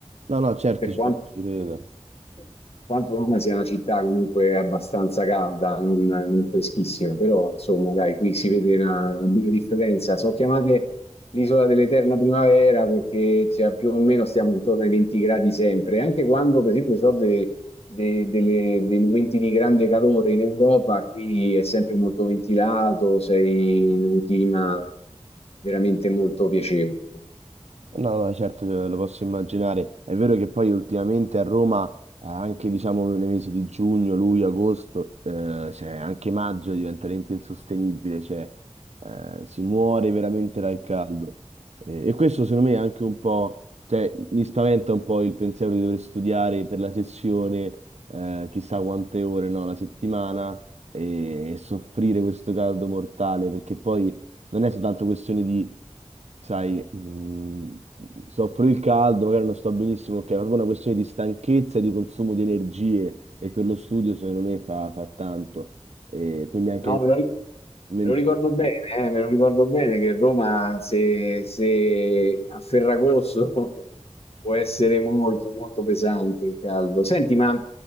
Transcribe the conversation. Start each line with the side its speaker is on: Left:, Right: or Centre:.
Right: No, no, certo
Left: Per quanto,
Right: ci po- ci credo.
Left: per quanto Roma sia una città comunque abbastanza calda, non, non freschissima, però insomma, dai, qui si vede una, una bella differenza. Sono chiamate l'isola dell'eterna primavera perché cioè, più o meno stiamo intorno ai 20 gradi sempre, anche quando per esempio ci sono de- de- delle- dei momenti di grande calore in Europa, qui è sempre molto ventilato, sei in un clima veramente molto piacevole.
Right: No, no, certo che lo posso immaginare. È vero che poi ultimamente a Roma, eh, anche diciamo nei mesi di giugno, luglio, agosto, eh, cioè anche maggio diventa veramente insostenibile, cioè eh, si muore veramente dal caldo. Eh, e questo secondo me è anche un po', cioè mi spaventa un po' il pensiero di dover studiare per la sessione, eh, chissà quante ore, no, la settimana e, e soffrire questo caldo mortale, perché poi non è soltanto questione di, sai, mh, soffro il caldo, magari non sto benissimo, ok, è proprio una questione di stanchezza e di consumo di energie e per lo studio secondo me fa, fa tanto. E quindi anche...
Left: No, me lo, ric-
Right: men-
Left: me lo ricordo bene, eh, me lo ricordo bene che Roma, se, se a Ferragosto, <laughs> può essere molto, molto pesante il caldo. Senti, ma